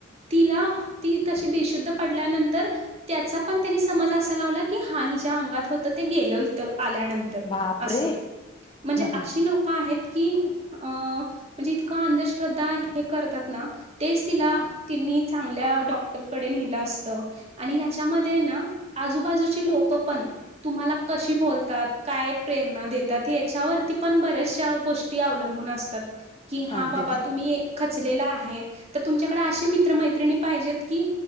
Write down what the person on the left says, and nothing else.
बापरे
हम्म
हम्म
अगदीच